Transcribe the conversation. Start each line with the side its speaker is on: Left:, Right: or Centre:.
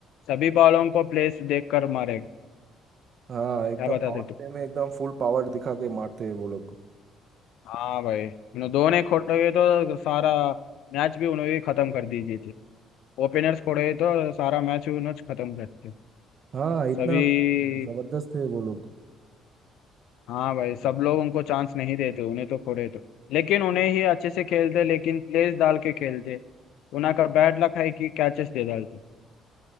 Left: सभी बॉलों को प्लेस देख कर मारेगा
Right: हाँ एकदम
Left: क्या बताते
Right: पावर
Left: तुम
Right: प्ले में एकदम फुल पावर दिखा के मारते हैं वो लोग
Left: हाँ भाई उन्होंने दोनों खोटे हुए तो सारा मैच भी उन्होंने ही खत्म कर दीजिए थे ओपनर्स खोटे हुए तो सारा मैच उन्होंने खत्म करते
Right: हाँ इतना
Left: सभी
Right: जबरदस्त है वो लोग
Left: हाँ भाई सब लोग उनको चांस नहीं देते उन्हें तो खोड़े तो लेकिन उन्हें ही अच्छे से खेलते लेकिन प्लेस डाल के खेलते उन्हें का बैड लक है कि कैचेस दे डालते